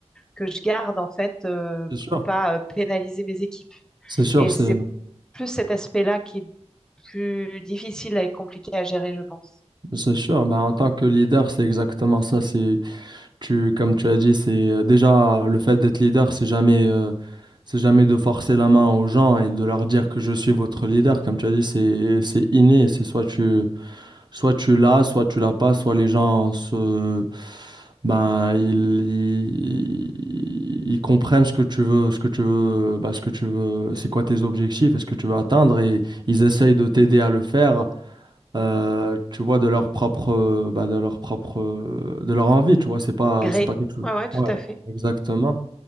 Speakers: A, in the centre; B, on the right (about 40°).
A: que je garde en fait euh,
B: C'est sûr.
A: pour pas euh, pénaliser mes équipes.
B: C'est sûr,
A: Et
B: c'est
A: c'est plus cet aspect-là qui est plus difficile et compliqué à gérer, je pense.
B: c'est sûr. Bah, en tant que leader, c'est exactement ça. C'est Tu, comme tu as dit, c'est euh, déjà le fait d'être leader, c'est jamais, euh, c'est jamais de forcer la main aux gens et de leur dire que je suis votre leader. Comme tu as dit, c'est, c'est inné. C'est soit tu, soit tu l'as, soit tu l'as pas, soit les gens se, ben, ils, ils, ils comprennent ce que tu veux, ce que tu veux, ben, ce que tu veux, c'est quoi tes objectifs et ce que tu veux atteindre et ils essayent de t'aider à le faire euh, tu vois, de leur propre, euh, bah, de leur propre, euh, de leur envie, tu vois, c'est pas,
A: Gré.
B: c'est pas quelque chose.
A: Ouais, ouais, tout
B: Ouais,
A: à fait.
B: exactement.
A: Mm.